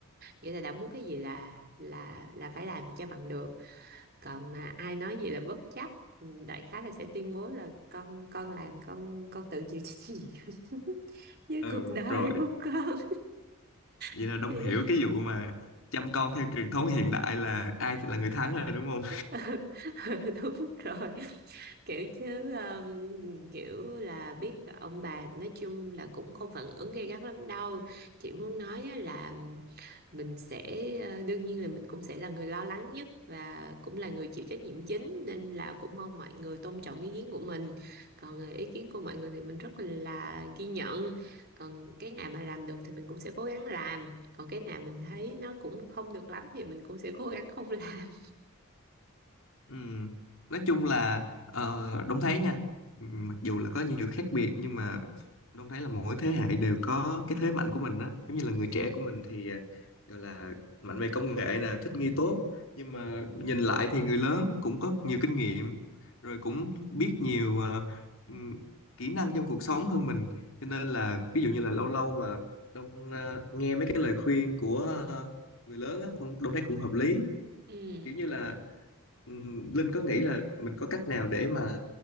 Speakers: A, on the right; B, on the left.
A: nghĩa là đã muốn cái gì là là là phải làm cho bằng được còn mà ai nói gì là bất chấp Ừ, đại khái là sẽ tuyên bố là con con làm con con tự chịu trách nhiệm <laughs> với
B: ừ
A: cuộc đời
B: rồi
A: của con
B: vậy
A: <laughs>
B: là Đông
A: thì
B: hiểu cái vụ mà chăm con theo truyền thống hiện đại là ai thì là người thắng rồi đúng không
A: <laughs> Ừ, đúng rồi kiểu chứ um, kiểu là biết là ông bà nói chung là cũng không phản ứng gay gắt lắm đâu chị muốn nói á là mình sẽ ờ, đương nhiên là mình cũng sẽ là người lo lắng nhất và cũng là người chịu trách nhiệm chính nên là cũng mong mọi người tôn trọng ý kiến của mình còn ờ, ý kiến của mọi người thì mình rất là ghi nhận còn cái nào mà làm được thì mình cũng sẽ cố gắng làm còn cái nào mình thấy nó cũng không được lắm thì mình cũng sẽ cố gắng không làm
B: Ừm, Nói chung là ờ, Đông thấy nha ừm, mặc dù là có nhiều khác biệt nhưng mà Đông thấy là mỗi thế hệ đều có cái thế mạnh của mình á giống như là người trẻ của mình thì ờ, gọi là mạnh về công nghệ nè thích nghi tốt nhưng mà nhìn lại thì người lớn cũng có nhiều kinh nghiệm rồi cũng biết nhiều ờ, ừm, kỹ năng trong cuộc sống hơn mình cho nên là ví dụ như là lâu lâu mà Đông ờ, nghe mấy cái lời khuyên của
A: ừ.
B: ờ, người lớn á Đông Đông thấy cũng hợp lý
A: Ừ.
B: kiểu như là ừm, Linh có nghĩ là mình có cách nào để mà